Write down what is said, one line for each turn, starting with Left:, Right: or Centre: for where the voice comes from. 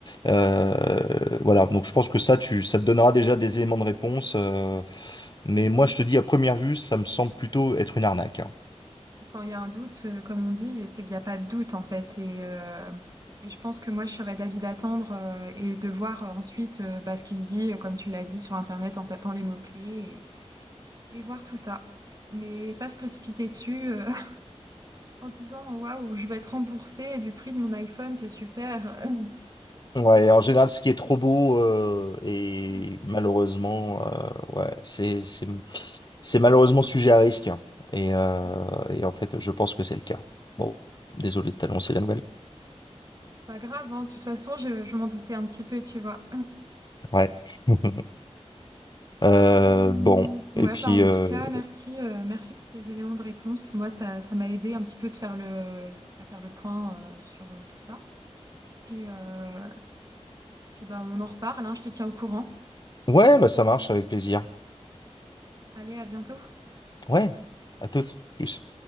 Left: Euh, voilà, donc je pense que ça, tu, ça te donnera déjà des éléments de réponse. euh, mais moi, je te dis, à première vue, ça me semble plutôt être une arnaque. hein.
Right: Et Quand il y a un doute, euh, comme on dit, c'est qu'il n'y a pas de doute en fait. Et, euh, et je pense que moi, je serais d'avis d'attendre euh, et de voir euh, ensuite euh, bah, ce qui se dit, euh, comme tu l'as dit, sur Internet en tapant les mots-clés et, et voir tout ça. Mais pas se précipiter dessus euh, <laughs> en se disant, waouh, je vais être remboursée du prix de mon iPhone, c'est super. <laughs>
Left: Ouais, en général, ce qui est trop beau euh, et
Right: Mm. Mm.
Left: malheureusement, euh, ouais, c'est c'est c'est malheureusement sujet à risque. hein. Et, euh,
Right: Oui,
Left: et en fait, je pense que c'est le cas. Bon, désolé de t'annoncer la nouvelle.
Right: c'est pas grave, hein. De toute façon, je, je m'en doutais un petit peu, tu vois.
Left: Ouais. <laughs> Euh,
Right: Euh,
Left: bon,
Right: ouais,
Left: et puis
Right: bah, en
Left: euh,
Right: tout cas, merci, euh, merci pour tes éléments de réponse. Moi, ça, ça m'a aidé un petit peu de faire le, à faire le point, euh, sur, euh, tout ça. Et euh, puis bah, on en reparle, hein, je te tiens au courant.
Left: ouais, bah ça marche avec plaisir.
Right: Allez, à bientôt.
Left: Ouais, à toutes. Plus.